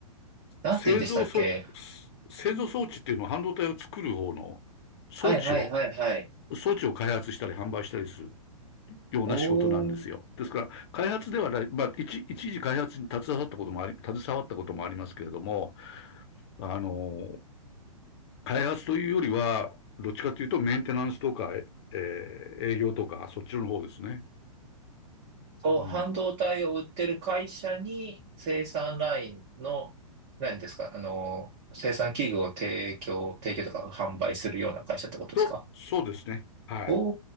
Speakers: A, on the right (about 35°); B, on the left (about 45°).
A: なんて言うんでしたっけ
B: 製造そ、製造装置っていうのは半導体を作る方の装置を、
A: はいはいはいはい。
B: 装置を開発したり販売したりするような仕事なんですよ。
A: おお、
B: ですから、開発ではない、まあ、一一時開発に携わったこともあり、携わったこともありますけれども、あの、開発というよりは、どっちかというとメンテナンスとか、えー営業とか、そっちの方ですね。
A: と、
B: うん。
A: 半導体を売ってる会社に生産ラインの、何ですか、あの、生産器具を提供、提供とか販売するような会社ってことですか
B: と、そうですね。はい。
A: お